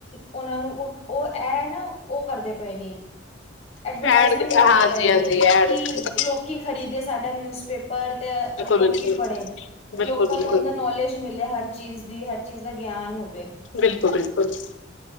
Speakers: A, on the left (about 35°); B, on the left (about 65°).
A: ਉਹਨਾਂ ਨੂੰ ਉਹ ਐਹ ਨਾ ਔ ਕਰਦੇ ਪਏ ਨੀ ਐਡਵਰਟਾਈਜ਼ਮੈਂਟ
B: ਐਡ ਦਿੱਤਾ
A: ਕਰਦੇ
B: ਹਾਂਜੀ
A: ਪਏ
B: ਹਾਂਜੀ
A: ਨੇ
B: ਐਡ
A: ਕਿ
B: ਬਿਲਕੁਲ
A: ਲੋਕੀ ਖਰੀਦ ਤੇ ਸਾਡਾ ਨਿਊਜ਼ ਪੇਪਰ ਪਰ ਤੇ ਲੋਕੀ
B: ਬਿਲਕੁਲ
A: ਪੜ੍ਹੇ
B: ਬਿਲਕੁਲ
A: ਲੋਕਾਂ
B: ਬਿਲਕੁਲ
A: ਨੂੰ ਅੰਦਰ ਨੌਲੇਜ ਮਿਲੇ ਹਰ ਚੀਜ਼ ਦੀ ਹਰ ਚੀਜ਼ ਦਾ ਗਿਆਨ ਹੋ
B: ਬਿਲਕੁਲ ਬਿਲਕੁਲ ਕੁਛ